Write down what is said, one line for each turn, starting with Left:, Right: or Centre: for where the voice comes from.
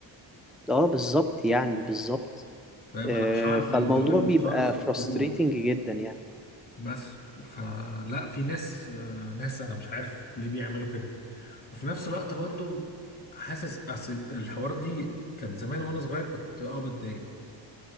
Centre: اه بالظبط يعني بالظبط
Left: فاهم
Centre: آه
Left: انا مش هعرف
Centre: فالموضوع
Left: انجوي
Centre: بيبقى
Left: خالص
Centre: frustrating
Left: الخروجه
Centre: جدا يعني
Left: بس فلا في ناس آه، ناس انا مش عارف ليه بيعملوا كده وفي نفس الوقت برضو حاسس اصل الحوار دي كان زمان وانا صغير كنت اه بتضايق